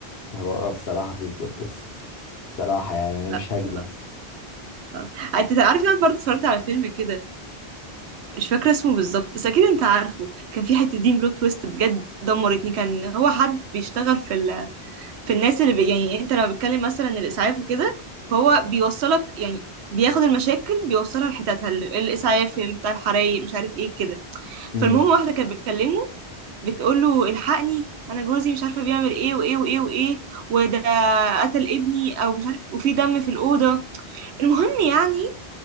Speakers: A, on the left (about 70°); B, on the right (about 80°).
A: هو الصراحة في بلوت تويست صراحة يعني انا
B: لا
A: مش هكذب
B: خلاص خلاص انت عارف ان انا برضه اتفرجت على فيلم كده مش فاكره اسمه بالظبط بس اكيد انت عارفه كان في حته دي بلوت تويست بجد دمرتني كان هو حد بيشتغل في ال... في الناس اللي بي... يعني انت لما بتكلم مثلا الاسعاف وكده فهو بيوصلك يعني بياخد المشاكل بيوصلها لحتتها ال- الاسعاف بتاع الحرايق مش عارف ايه كده
A: امم
B: فالمهم واحدة كانت بتكلمه بتقول له الحقني انا جوزي مش عارفه بيعمل ايه وايه وايه وايه وده قتل ابني او مش عارف وفي دم في الاوضه المهم يعني